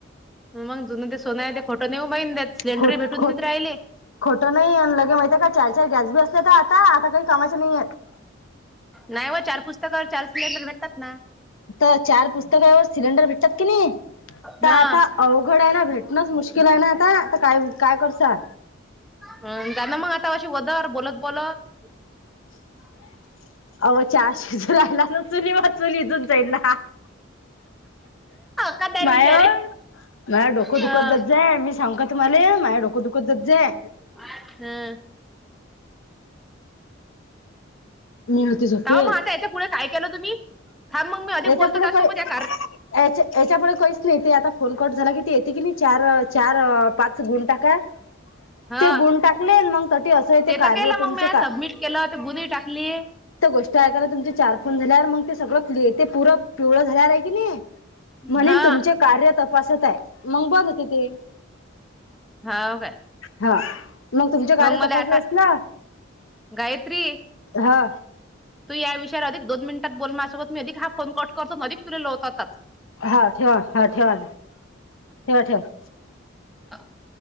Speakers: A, in the centre; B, on the left (about 80°).
A: मग जुंन ते सोनं आहे, ते खोटं नई ओ माई. त्यात सिलेंडरे
B: खोट
A: भेटून
B: खोट
A: नईत राहिले.
B: खोटं नाही आणि लगे माहित आहे का? चार, चार गॅस बी असले का आता. आता काही कामाचे नाहीयेतं.
A: नाही व चार पुस्तकावर, चार सिलेंडर भेटतात ना.
B: तर चार पुस्तकावर सिलेंडर भेटतात की नाही? तर
A: हा
B: आता अवघड आहे ना, भेटणंच मुश्किल आहे ना आता. आ काय काय करसा?
A: हम्म, जाना मग आता अशी वदर बोलत बोलत.
B: <unintelligible> आव चा शिजू राहिला ना चुलीवर, चुल विजून जाईल ना.
A: का नाही
B: नाय
A: विचारे
B: ओ, माय डोख दुःखत
A: हा
B: जात जाम सांगू का तुम्हाले? माय डोक दुखत जत जाय
A: <unintelligible>
B: मी होती झोपेल
A: का मग आता याच्या पुढे काय केलं तुम्ही? थांब मग मी अधिक
B: याच्या
A: बोलतो
B: पुुढे
A: त्यासोबत,
B: काही
A: या कार- -
B: याच्या याच्यापुढं काहीच नाही. ते आता फोन कट झाला की, ते येते की नाही चार, चार, पाच गुण टाका
A: हा
B: ते गुण टाकले, मग तस असं येते
A: ते तर
B: कार्य
A: केलं
B: तुमचे
A: मग म्या
B: का
A: सबमिट केलं तर <unintelligible> टाकली
B: ते गोष्ट आहे. खरं तुमचे चार फोन झाल्यावर मंग ते सगळं ते पूर पिवळ झाल्यावर हाय कनी म्हनिन,
A: हा
B: तुमचे कार्य त पासत आहे, मग बग तीते.
A: हाव काय
B: हा, मग तुमच्या कार्य
A: मला
B: तपासत
A: आता
B: असल्या
A: गायत्री
B: हा.
A: तू या विषयावर अधिक दोन मिनिटात बोल माझ्यासोबत. मी अधिक हा फोन कट करतो, अधिक तुले लवतात.
B: हा ठेवा हा ठेवा ठेवा ठेवा
A: <unintelligible>